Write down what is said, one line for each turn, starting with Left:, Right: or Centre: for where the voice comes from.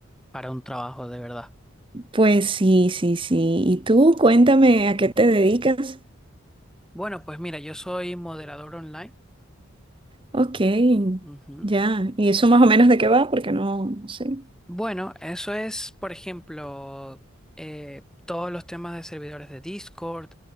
Centre: para un trabajo, de verdad.
Right: pues sí, sí, sí. Y tú, cuéntame a qué te dedicas.
Centre: Bueno, pues mira, yo soy moderador online.
Right: Ok,
Centre: Ujú.
Right: ya. ¿Y eso más o menos de qué va? Porque no, no sé.
Centre: Bueno, eso es, por ejemplo, eh, todos los temas de servidores de Discord,